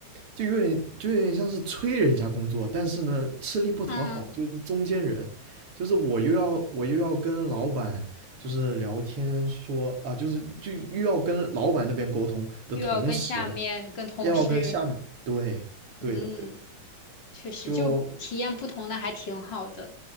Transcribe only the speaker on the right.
就有点就有点像是催人家工作，但是呢吃力不讨好，
就是中间人，就是我又要我又要跟老板就是聊天说啊，就是就又要跟老板那边沟通的同时。
要跟下面，对，
对的，对的，
就